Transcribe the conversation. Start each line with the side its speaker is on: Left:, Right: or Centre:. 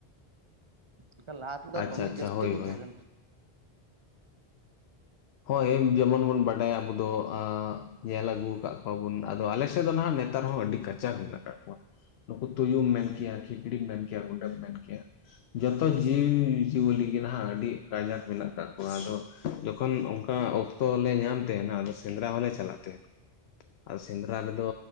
Right: ᱮᱠᱟ ᱞᱟᱦᱟ ᱛᱮᱫᱚ
Left: ᱟᱪᱪᱷᱟ
Right: ᱫᱚᱢᱮ
Left: ᱟᱪᱪᱷᱟ
Right: ᱡᱟᱹᱥᱛᱤ
Left: ᱦᱳᱭ
Right: ᱠᱚ
Left: ᱦᱳᱭ
Right: ᱛᱟᱦᱮᱸ ᱠᱟᱱᱟ᱾
Left: ᱦᱜᱭ ᱡᱮᱢᱚᱱ ᱵᱚᱱ ᱵᱟᱰᱟᱭᱟ ᱟᱵᱚ ᱫᱚ ᱟᱸ ᱧᱮᱞ ᱟᱹᱜᱩ ᱟᱠᱟᱫ ᱠᱚᱣᱟᱵᱩᱱ ᱟᱫᱚ ᱟᱞᱮᱥᱮᱫ ᱫᱚ ᱦᱟᱜ ᱱᱮᱛᱟᱨ ᱦᱚᱸ ᱟᱹᱰᱤ ᱠᱟᱪᱟᱠ ᱢᱮᱱᱟᱜ ᱟᱠᱟᱫ ᱠᱚᱣᱟ᱾ ᱱᱩᱠᱩ ᱛᱩᱭᱩᱢ
Right: ᱠᱟᱱᱟ
Left: ᱢᱮᱱ ᱠᱮᱭᱟ ᱠᱷᱮᱠᱲᱤᱢ ᱢᱮᱱ ᱠᱮᱭᱟ ᱨᱩᱰᱟᱹ ᱢᱮᱱ ᱠᱮᱭᱟ᱾ ᱡᱚᱛᱚ ᱡᱤᱵᱽᱡᱤᱭᱟᱹᱞᱤ ᱜᱮᱮ ᱱᱟᱦᱟᱜ ᱟᱹᱰᱤ ᱠᱟᱡᱟᱠ ᱢᱮᱱᱟᱜ ᱟᱠᱟᱟᱜ ᱠᱚᱣᱟ ᱟᱫᱚ ᱡᱚᱠᱷᱚᱱ ᱚᱱᱠᱟ ᱚᱠᱛᱚ ᱞᱮ ᱧᱟᱢ ᱛᱟᱦᱮᱱᱟ ᱟ ᱥᱮᱸᱫᱽᱨᱟ ᱦᱚᱞᱮ ᱪᱟᱞᱟᱜ ᱛᱟᱦᱮᱱᱟ᱾ ᱟᱨ ᱥᱮᱸᱫᱽᱨᱟ ᱨᱮᱫᱚ